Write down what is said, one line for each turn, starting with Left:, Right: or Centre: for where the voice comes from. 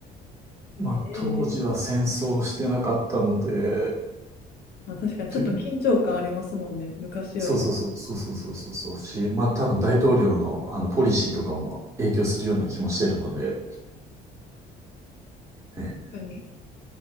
Right: まあ、
Left: えー、
Right: 当時は戦争してなかったので、
Left: まあ、確かにちょっと緊張感ありますもんね、
Right: と
Left: 昔より今。
Right: そうそうそう、
Left: 確
Right: そうそうそうそうそうし、まあ多分大統領のあのポリシーとかも影響するような気もしてるので、ええ、
Left: かに。